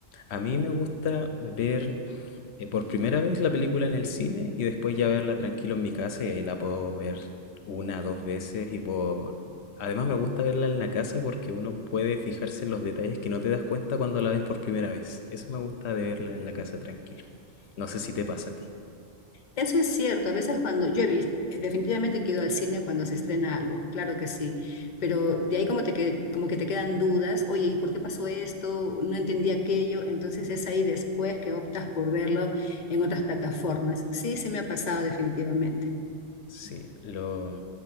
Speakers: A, on the left (about 75°); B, on the left (about 45°).
A: A mí me gusta ver eh, por primera vez la película en el cine y después ya verla tranquilo en mi casa y ahí la puedo ver una, dos veces y puedo... Además me gusta verla en la casa porque uno puede fijarse en los detalles que no te das cuenta cuando la ves por primera vez. Eso me gusta de verla en la casa tranquilo. No sé si te pasa a ti.
B: Eso es cierto, a veces cuando yo he vis- eh, definitivamente que al cine cuando se estrena algo, claro que sí, pero de ahí como, te que, como que te quedan dudas, oye, ¿y por qué pasó esto? No entendí aquello, entonces es ahí después que optas por verlo en otras plataformas. Sí, sí me ha pasado definitivamente.
A: Sí, lo,